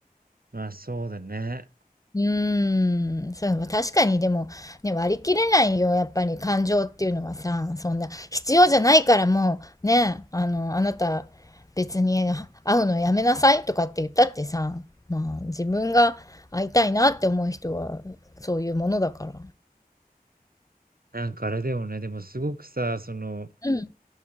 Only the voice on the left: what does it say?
うーん、そう、確かにでも、ね、割り切れないよ、やっぱり感情っていうのはさ、そんな必要じゃないからもうね、あの、あなた別に会うのやめなさいとかって言ったってさ、まあ自分が会いたいなって思う人はそういうものだから。
うん、